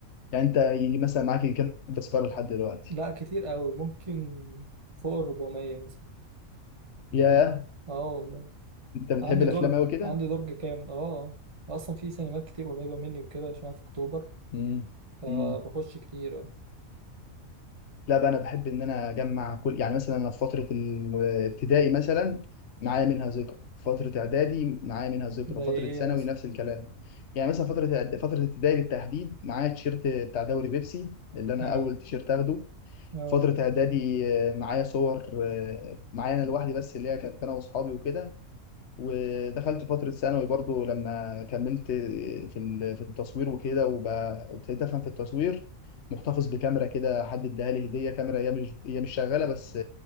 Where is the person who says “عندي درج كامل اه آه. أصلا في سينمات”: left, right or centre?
Right